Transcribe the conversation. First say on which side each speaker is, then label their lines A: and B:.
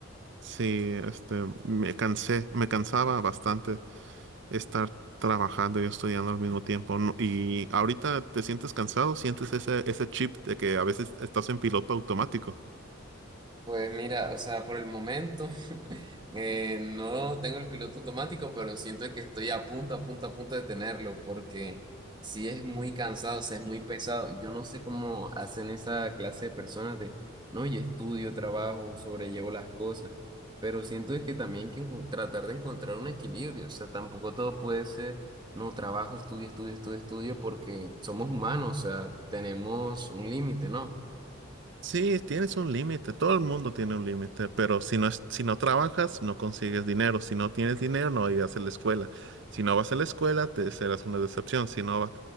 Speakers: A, on the right; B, on the right.
A: Sí, este, me cansé, me cansaba bastante estar trabajando y estudiando al mismo tiempo. no- y ahorita te sientes cansado, sientes ese, ese chip de que a veces estás en piloto automático.
B: Pues mira, o sea, por el momento. Eh, no tengo el piloto automático, pero siento que estoy a punto, a punto, a punto de tenerlo, porque si es muy cansado, o sea, es muy pesado. Yo no sé cómo hacen esa clase de personas de, no, y estudio, trabajo, sobrellevo las cosas, pero siento que también hay que enco- tratar de encontrar un equilibrio, o sea, tampoco todo puede ser, no, trabajo, estudio, estudio, estudio, estudio, porque somos humanos, o sea, tenemos un límite, ¿no?
A: Sí, tienes un límite, todo el mundo tiene un límite, pero si no es, si no trabajas, no consigues dinero. Si no tienes dinero, no irás a la escuela. Si no vas a la escuela, te serás una decepción. Si no va-